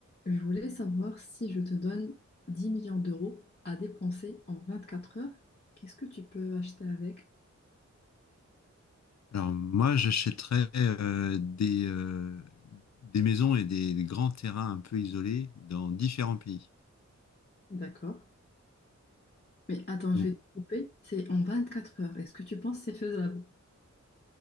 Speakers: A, on the left; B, on the left.
A: Je voulais savoir si je te donne 10 millions d'euros à dépenser en 24 heures, qu'est-ce que tu peux acheter avec?
B: Alors moi, j'achèterais euh, des, euh, des maisons et des grands terrains un peu isolés dans différents pays.
A: D'accord. Mais attends,
B: Donc,
A: je vais te couper. C'est en 24 heures. Est-ce que tu penses que c'est faisable?